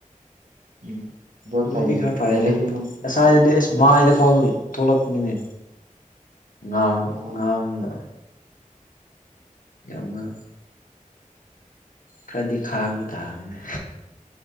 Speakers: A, on the right; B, on the left.
A: ꯎꯝ ꯑꯗꯣ
B: ꯍꯧꯖꯤꯛꯗꯤ ꯈꯔ ꯐꯔꯦꯗꯁ
A: ꯇꯩꯔꯗꯤ
B: ꯃꯥꯏꯗ ꯐꯥꯎꯗ ꯊꯣꯛꯂꯛꯄꯅꯤꯅꯦ ꯉꯥꯡ
A: ꯑꯣ
B: ꯉꯥꯡꯉꯒ ꯌꯥꯝꯉ ꯈꯔꯗꯤ ꯈꯥꯡꯕ ꯇꯥꯕꯅꯤꯅꯦ